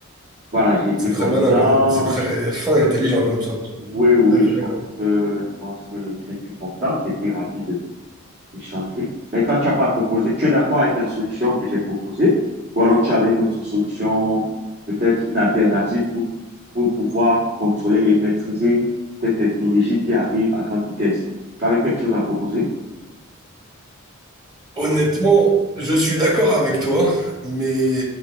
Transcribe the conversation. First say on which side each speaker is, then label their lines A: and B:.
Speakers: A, on the right; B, on the right.
A: voilà, j'ai été
B: c'est
A: content.
B: très malin, comme, c'est très
A: Je-
B: fin et intelligent comme observation.
A: Oui, oui,
B: Tout à fait
A: je
B: d'accord.
A: pense que je pense que j'ai été content. J'ai été ravi de échanger. Mais toi, tu n'as pas proposé, tu es d'accord avec la solution que j'ai proposée, ou alors tu avais une autre solution, peut-être une alternative pour, pour pouvoir contrôler et maîtriser cette technologie qui arrive à grande vitesse. Tu avais quelque chose à proposer?
B: Honnêtement, je suis d'accord avec toi, mais